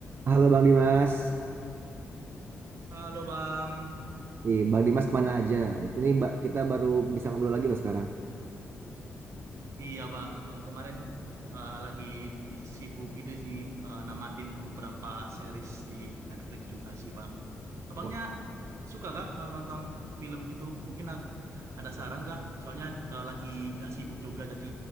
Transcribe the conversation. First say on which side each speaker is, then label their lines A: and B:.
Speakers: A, on the right; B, on the right.
A: Halo Bang Dimas,
B: Halo Bang,
A: Ih, Bang Dimas kemana aja? Ini ba- kita baru bisa ngobrol lagi loh sekarang.
B: iya Bang, Eh, kemarin eh, lagi sibuk itu sih eh, namatin beberapa series di Netflix juga sih Bang. Abangnya
A: Wah,
B: suka kah nonton film gitu? Mungkin a- ada saran kah? Soalnya eh, lagi nggak sibuk juga, jadi